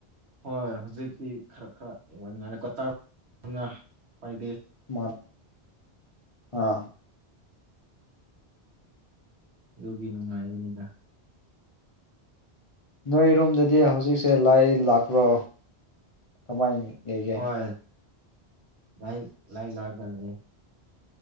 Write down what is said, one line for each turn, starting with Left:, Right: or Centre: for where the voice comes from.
Right: ꯍꯣꯏꯣꯏ ꯍꯧꯖꯤꯛꯇꯤ ꯈꯔ ꯈꯔꯡ ꯉꯥꯏ
Left: ꯃꯥ ꯑꯥ
Right: ꯑꯗꯨꯒꯤ ꯅꯨꯡꯉꯥꯏꯕꯅꯤꯗ
Left: ꯅꯣꯏꯔꯣꯝꯝꯗꯗꯤ ꯍꯧꯖꯤꯛꯁꯦ ꯂꯥꯏ ꯂꯥꯛꯄ꯭ꯔꯣ ꯀꯃꯥꯏꯅ ꯂꯩꯒꯦ
Right: ꯍꯣꯏ ꯂꯥꯏ ꯂꯥꯏ ꯂꯥꯛꯑꯒ ꯂꯩꯌꯦ